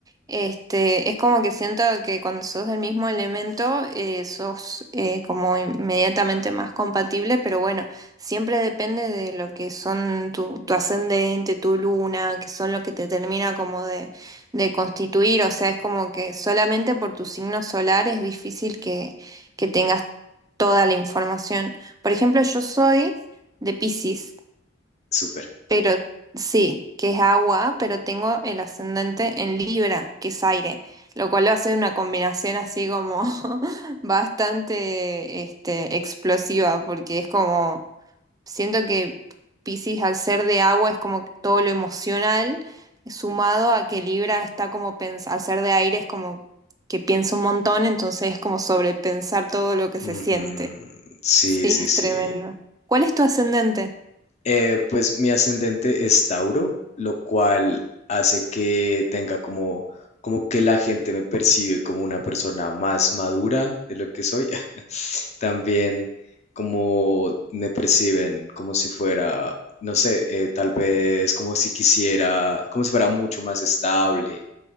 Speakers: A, on the right (about 20°); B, on the left (about 35°).
A: Este, es como que siento que cuando sos del mismo elemento, eh, sos eh, como inmediatamente más compatible, pero bueno, siempre depende de lo que son tu, tu ascendente, tu luna, que son lo que te termina como de, de constituir. O sea, es como que solamente por tu signo solar es difícil que, que tengas toda la información. Por ejemplo, yo soy de Piscis.
B: Súper.
A: Pero sí, que es agua, pero tengo el ascendente en Libra, que es aire, lo cual va a ser una combinación así como <laughs> bastante este, explosiva, porque es como, siento que Piscis al ser de agua es como todo lo emocional, sumado a que Libra está como, pens- al ser de aire es como que piensa un montón, entonces es como sobrepensar todo lo que se
B: Ujú,
A: siente.
B: Sí,
A: Sí,
B: sí,
A: es
B: sí.
A: tremendo. ¿Cuál es tu ascendente?
B: Eh, pues mi ascendente es Tauro, lo cual hace que tenga como, como que la gente me percibe como una persona más madura de lo que soy. <laughs> También como me perciben como si fuera, no sé, eh, tal vez como si quisiera, como si fuera mucho más estable,